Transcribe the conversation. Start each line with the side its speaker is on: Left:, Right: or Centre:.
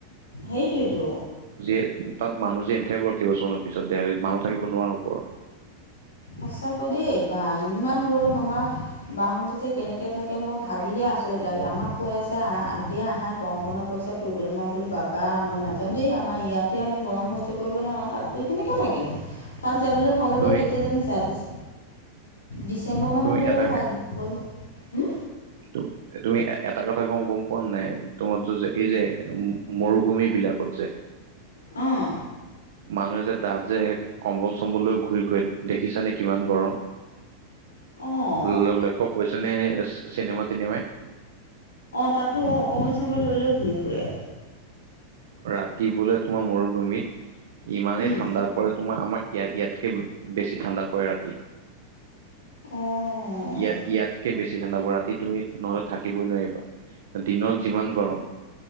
Left: সেইটোৱেটো।
Right: এত তাত মানুহ যে <unintelligible> কেইবছৰমানৰ পিছত দেলহীত মানুহ থাকিব নোৱাৰা হ'ব আৰু।
Left: সঁচাকৈ দেই, বা ইমান গৰম আমাৰ বাহতেটো কেনেকে থাকে মই ভাবিলেই আচৰিত লাগে, আমাক কৈ আছে আহ এতিয়া আহা গৰম বন্ধ পৰিছে কৰিবলৈ, মই বোলো বাবা মই নাজাওন দেই আমাৰ ইয়াতে আমি গৰম সহ্য কৰিব নোৱাৰোঁ তাত গৈ কেনেকে থাকিম। তাত যাবলৈ ভাল হ'ব
Right: তুমি
Left: কেতিয়া জানিছা? ডিচ ডিচেম্বৰ মানত
Right: তুমি
Left: গ'লে
Right: এটা
Left: ভাল। বলো, হুম?
Right: <unintelligible> এ তুমি এ এটা কথা কওঁ গম পোৱা নাই তোমাৰটো যে এই যে ম মৰুভূমিবিলাকত যে
Left: অঁ।
Right: মানুহে যে তাত যে কম্বল - চম্বল লৈ ঘূৰি ফুৰে। দেখিছানে কিমান গৰম?
Left: অঁ
Right: ল ল লক্ষ্য কৰিছানে চি চিনেমা তিনিমাই
Left: অঁ তাতো অ কম্বল- চম্বল লৈ লৈ ঘূৰি ফুৰে।
Right: ৰাতি বোলে তোমাৰ মৰুভূমিত ইমানেই
Left: উম,
Right: ঠাণ্ডা পৰে তোমাৰ আমাৰ ইয়াত ইয়াতকে বেছি ঠাণ্ডা পৰে ৰাতি।
Left: অঁ
Right: ইয়াত ইয়াতকে বেছি ঠাণ্ডা পৰা ৰাতি তুমি নহ'লে থাকিবই নোৱাৰিবা। দিনত যিমান গৰম,